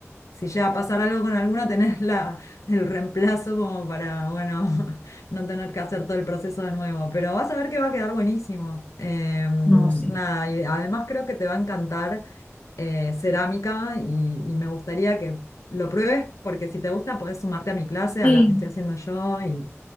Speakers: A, on the left (about 85°); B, on the left (about 30°).
A: si llega a pasar algo con alguna, tenés la, el reemplazo como para, bueno, <laughs> no tener que hacer todo el proceso de nuevo. Pero vas a ver que va a quedar buenísimo. Eh, nada,
B: no, sí.
A: y además creo que te va a encantar eh, cerámica y, y me gustaría que lo pruebes porque si te gusta podés sumarte a mi clase,
B: Sí,
A: a la que estoy haciendo yo y,